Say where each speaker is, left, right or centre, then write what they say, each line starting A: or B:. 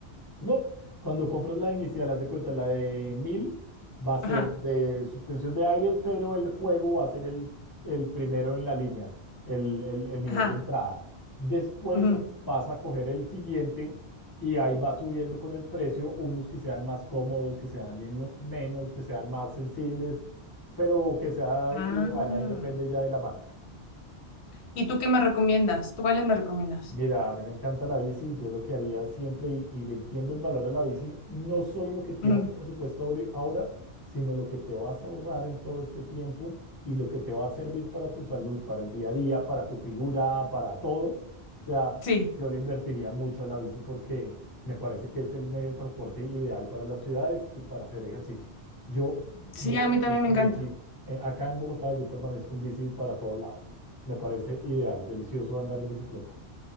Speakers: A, on the left (about 25°); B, on the left (about 75°).
A: No, cuando compras la inicial, haz de cuenta, la de 1000 va a ser
B: Ajá,
A: de suspensión de aire, pero el juego va a ser el, el primero en la línea, el, el- el nivel
B: ajá.
A: de entrada. Después
B: ujú.
A: vas a coger el siguiente y ahí va subiendo con el precio, unos que sean más cómodos, que sean men- menos, que sean más sensibles, pero que sea
B: Ah.
A: ideal, ahí depende ya de la marca.
B: ¿Y tú qué me recomiendas? ¿Tú cuáles me recomiendas?
A: Mira, a mí me encanta la bici, yo lo que haría siempre, y, y le entiendo el valor a la bici, no solo lo que tienes
B: Ujú,
A: de presupuesto ahori- ahora, sino lo que te vas a ahorrar en todo este tiempo y lo que te va a servir para tu salud, para el día a día, para tu figura, para todo. O sea,
B: Sí,
A: yo le invertiría mucho a la bici porque me parece que es el medio de transporte ideal para las ciudades y para hacer ejercicio. Yo,
B: sí,
A: yo
B: a
A: permanezco
B: mí también me encanta.
A: en bici, eh, acá en Bogotá yo permanezco en bici para todo lado. Me parece ideal, delicioso andar en bicicleta.